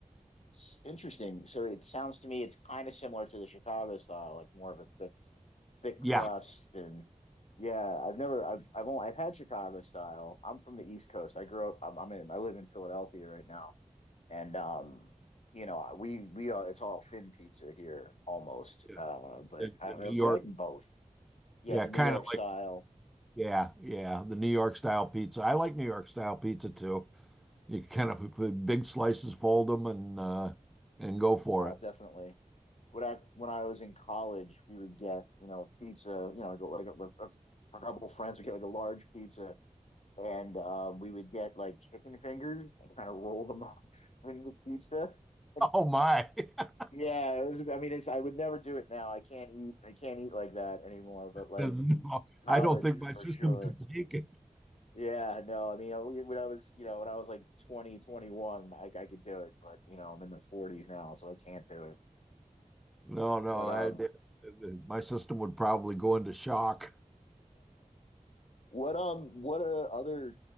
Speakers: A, on the left; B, in the centre.
A: S- Interesting. So it sounds to me it's kind of similar to the Chicago style, like more of a thick thick
B: Yeah,
A: crust and yeah, I've never I've I've only I've had Chicago style. I'm from the East Coast. I grew up I'm, I'm in I live in Philadelphia right now. And um you know, we we are it's all thin pizza here almost.
B: yeah.
A: Uh but
B: the,
A: I,
B: the
A: I
B: New
A: like
B: York,
A: them both. Yeah,
B: yeah,
A: the
B: kind
A: New York
B: of
A: style
B: like yeah, yeah, the New York style pizza. I like New York style pizza too. you kind of big slices, fold them, and uh, and go for
A: uh
B: it.
A: definitely. When I when I was in college, we would get, you know, pizza, you know, go like a, a, a couple friends would get like a large pizza and uh, we would get like chicken fingers and kind of roll them <laughs> up in the pizza. And,
B: Oh my! <laughs>
A: yeah, it was. I mean, it's. I would never do it now. I can't eat. I can't eat like that anymore. But like
B: No,
A: college
B: I don't think my
A: for
B: system
A: sure.
B: could take it.
A: Yeah, no. I mean, I- when I was, you know, when I was like 20, 21, I, I could do it. But you know, I'm in my 40s now, so I can't do it.
B: No, no,
A: But
B: I,
A: um,
B: my system would probably go into shock.
A: what um, what are other